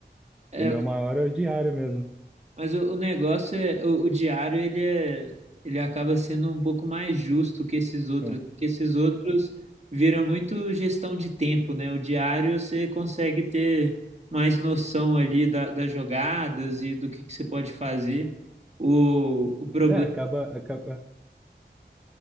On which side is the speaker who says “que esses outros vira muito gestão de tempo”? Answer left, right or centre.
Right